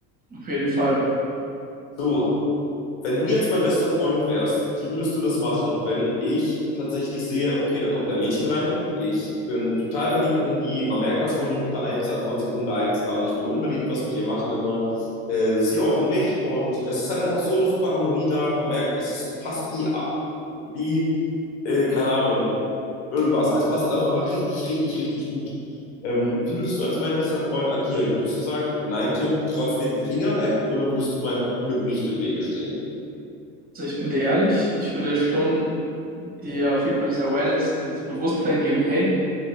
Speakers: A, on the right; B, on the left.
A: auf jeden Fall.
B: So, Wenn du jetzt mein bester Freund wärst, wie würdest du das machen, wenn ich tatsächlich sehe, okay, da kommt ein Mädchen rein, ich bin total verliebt in die, man merkt das von Minute eins an, von Sekunde eins an, ich will unbedingt was mit ihr machen immer, äh, sie auch in mich und es ist halt einfach so eine super Harmonie da, man merkt, es ist, passt wie, wie äh, keine Ahnung, irgendwas, es passt halt auf einmal richtig, richtig, richtig gut. Ähm, wie würdest du als mein bester Freund agieren? Würdest du sagen, nein, Tim, trotzdem Finger weg oder würdest du meinem Glück nicht im Wege stehen?
A: Also ich bin dir ehrlich, ich würde schon dir auf jeden Fall das Awareness, dieses Bewusstsein geben, hey,